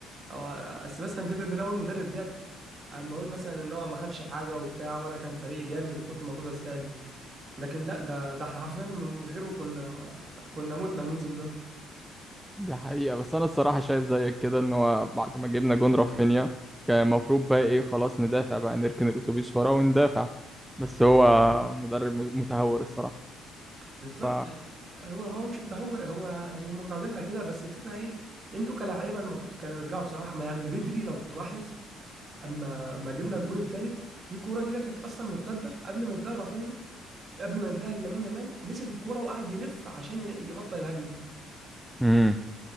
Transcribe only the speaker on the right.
أو بس مثلا فكرة إن أول مدرب ديت أما أقول مثلا إن هو ما خدش حاجة وبتاع وأنا كان فريقي جامد وكنت المفروض أستاهل لكن لا ده ده احنا عارفين من غيره كنا كنا متنا الموسم ده
بالظبط
هو هو مش متهور هو هم متعودين على كده بس الفكره ايه انتوا كلاعيبه المفروض كانوا يرجعوا بصراحه ما يعني بدري لو تلاحظ اما ما جبنا الجون الثالث في كوره كده كانت اصلا مرتده قبل ما يديها رافينيا قبل ما يديها لامين يامال مسك الكوره وقعد يلف عشان ي- يبطئ الهجمه